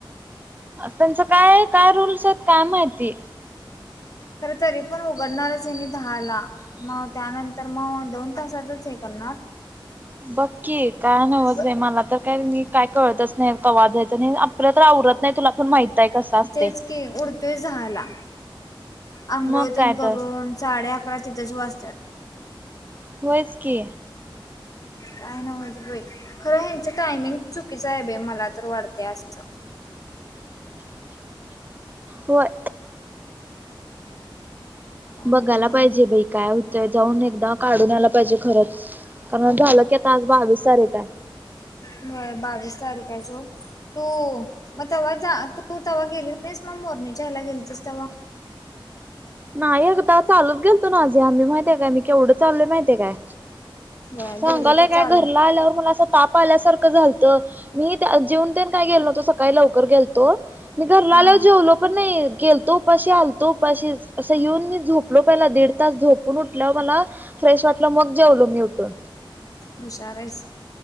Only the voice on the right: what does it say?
त्यांचं काय काय रूल्स आहेत काय माहिती
बघकी काय नव्हच
बाई मला तर काय मी काय कळतच नाही कवा जायचं तेन आपल तर आवरत नाही तुला पण माहित आहे कसं असतय
मग काय
तर
होयच की
होय
बघायला
पाहिजे बाई काय होतंय जाऊन एकदा काढून आला पाहिजे खरंच कारण झालं की आता आज बावीस तारीख आहे
नाही अग तवा चालत गेलतो नवं आम्ही माहित माहीत आहे काय मी केवढं चाललोय माहित हाय काय
सांगलोय
काय घरला आल्यावर मला अस ताप आल्यासारखं झालत मी जेऊन तेन काय गेलो नवतो सकाळी लवकर गेलतो मी घरला
आल्यावर जेवलो पण नाही गेलतो उपाशी आलतो उपाशीच असं येऊन मी झोपलो पहिला दीड तास झोपून उठल्यावर मला फ्रेश वाटलं मग जेवलो मी उठून